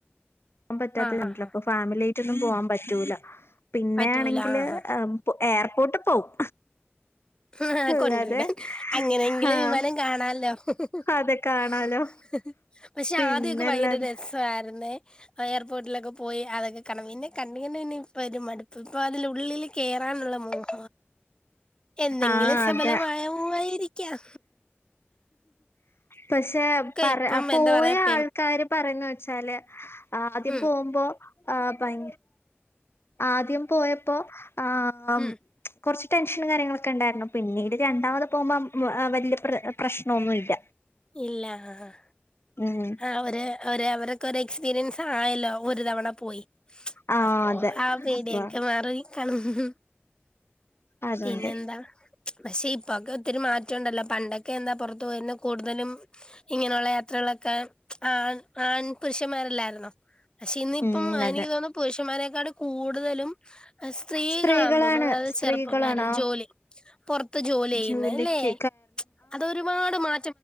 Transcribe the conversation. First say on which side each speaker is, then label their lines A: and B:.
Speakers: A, on the left; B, on the left.
A: പോകൻ പറ്റാത്തണ്ടല്ലോ
B: ആഹ് ആഹ് ആഹ്
A: അപ്പൊ ഫാമിലി ആയിട്ടൊന്നും പോവാൻ പറ്റൂല പിന്നേണങ്കില്
B: പറ്റൂല ആഹ്
A: എയർപോർട്ട് പോവും
B: ഹ് ഹ
A: അല്ലാതെ
B: കൊണ്ട് വിടാൻ അങ്ങനെങ്കിലും
A: ആഹ്
B: വിമാനം കാണാല്ലോ <unintelligible>
A: അതെ കാണാലോ
B: പക്ഷെ
A: പിന്നെല്ലാതെ
B: ആദ്യക്കെ ഭയങ്കര രസായിരു ന്നേ എയർപോർട്ടിലൊക്കെ പോയി അതൊക്കെ കണാൻ പിന്നെ കണ്ട് ക ണ്ടിങ്ങെന്നെ ഇപ്പൊ ഒരു മടുപ്പ് ഇപ്പൊ അതിലുള്ളില് കേയറാനുള്ള മോഹം എന്നെങ്കിലും
A: ആഹ്
B: സബലമായമവായിരിക്കാം
A: അതെ പക്ഷെ പറ
B: ഇപ്പം
A: പോയ
B: എന്താ പറയാ പെ
A: ആൾക്കാര് പറയുന്ന വെച്ചാല് ആദ്യം
B: ഉം
A: പോവുമ്പോ ആഹ് ഭയ ആദ്യം പോയപ്പോ ആഹ്
B: ഉം
A: കൊറച്ച് ടെൻഷനും കാര്യങ്ങളൊക്കെ ഉണ്ടായിരുന്നു പിന്നീട് രണ്ടാമത് പോകുമ്പോ വലിയ പ്ര പ്രശ്നന്നുല്ല
B: ഇല്ല ആഹ്
A: ഉം
B: അവര് അവര് അവർക്ക എക്സ്പീരിയൻസ് ആയല്ലോ ഒരു തവണ പോയി.
A: ആഹ്
B: അപ്പൊ
A: അതെ
B: ആ പേടിയൊക്കെ
A: അപ്പൊ
B: മാറി <unintelligible>
A: അതുകൊണ്ട്
B: പിന്നെ എന്താ? പക്ഷെ ഇപ്പൊക്കെ ഒത്തിരി മാറ്റം ഉണ്ടല്ലോ പണ്ടൊക്കെ എന്താ പുറത്തു പോയൊന്ന് കൂടുതലും ഇങ്ങനെയുള്ള യാത്രകളൊക്കെ ആ ആൺ പുരുഷന്മാരല്ലായിരുന്നോ? പക്ഷെ ഇന്നിപ്പം
A: ഉം
B: എനിക്ക്
A: അതെ
B: തോന്നുന്നു പുരുഷന്മാരെക്കാട് കൂടുതലും സ്ത്രീകളാന്ന്
A: സ്ത്രീകളാണ്
B: തോന്നു അതായത്
A: സ്ത്രീകളാണോ
B: ചെറുപ്പക്കാര് ജോലി പുറത്ത് ജോലി ചെയ്യുന്ന
A: ജോലിക്ക്
B: ഇല്ലേ അതൊരുപാട് മാ